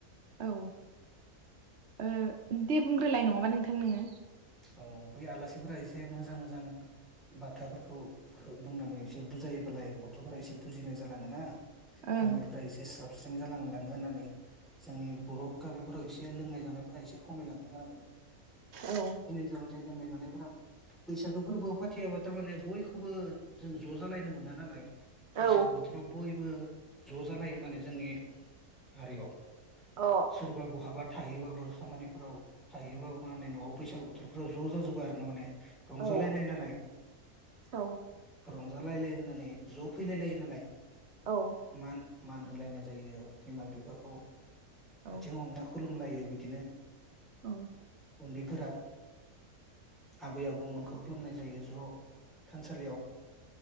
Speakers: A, on the right (about 55°); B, in the centre.
A: औ ओ दे बुंग्रोलाय नङाबा नोंथां नोङो
B: औ बै आलासिफोरा एसे मोजां मोजां बाथ्राफोरखौ बुंनानै एसे बुजायोब्लालाय गथ'फोरा एसे बुजिनाय जालाङोना
A: ओं
B: गामिफोरा एसे स्राब साबस्रिं जालांलाङो होननानै जोंनि बर' गामिफोराव एसे लोंनाय जानायफोरा एसे खमायलांथों होननानै
A: औ
B: नाथाय लोंनाय जानायफोरा बैसागो फोरबोआव फाथियाबा थ' माने बयखौबो जों ज' जालायनो मोना नालाय बैसागो
A: औ
B: बोथोराव बयबो ज' जालायो माने जोंनि हारियाव
A: अ
B: सोरबा बहाबा थाहैयोबाबो बबेबा खामानिफोराव थाहैयोबाबो माने न'आव बैसागु बोथोरफोराव ज जाजोबो आर नंगने रंजालायनाय
A: औ
B: नालाय
A: औ
B: रंजालायलाय होननानै ज' फैलायलायो नालाय
A: औ
B: मान मान होलायनाय जायो बिमा बिफाखौ
A: औ
B: हाथिं हमना खुलु लुमलायो बिदिनो
A: औ
B: उन्दैफोरा दा आबै आब दंमोनखौ खुलुमनाय जायो ज' थानसालियाव